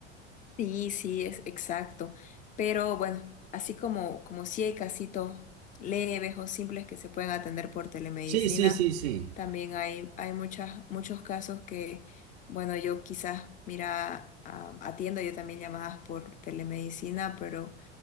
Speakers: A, on the left (about 25°); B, on the right (about 70°).
A: Sí, sí, es exacto. Pero bueno, así como, como si hay casitos leves o simples que se pueden atender por telemedicina,
B: Sí, sí, sí, sí.
A: también hay, hay muchas, muchos casos que, bueno, yo quizás, mira, ah, atiendo yo también llamadas por telemedicina, pero